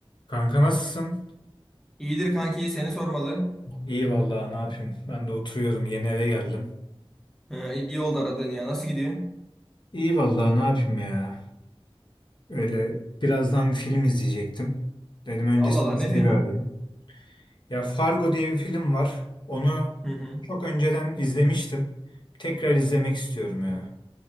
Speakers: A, on the left; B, in the centre.
A: Kanka nasılsın?
B: İyidir kanki seni sormalı.
A: İyi vallahi ne yapayım? Ben de oturuyordum yeni eve geldim.
B: Ha, iyi oldu aradığın ya. Nasıl gidiyor?
A: İyi vallahi ne yapayım ya? Öyle birazdan bir film izleyecektim. Dedim öncesini
B: Allah Allah ne
A: seni
B: filmi?
A: bir arayayım. Ya Fargo diye bir film var. Onu
B: Hı hı.
A: çok önceden izlemiştim. Tekrar izlemek istiyorum ya.